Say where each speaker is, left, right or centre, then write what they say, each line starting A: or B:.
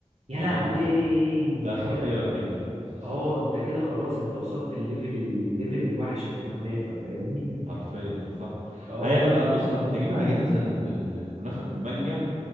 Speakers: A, on the right (about 65°); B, on the right (about 80°).
A: يا
B: يا
A: لهوي
B: لهوي
A: انت
B: ده خطيره
A: كده
B: كده <laughs>
A: اه انت كده خلاص انت وصلت الليفل الليفل الوحش في الكنافة فاهمني <laughs>
B: حرفيا صح
A: اه
B: اي انا انا بص انا كنت اجيبها جاهزه الم- ال- الكنافه بالمانجا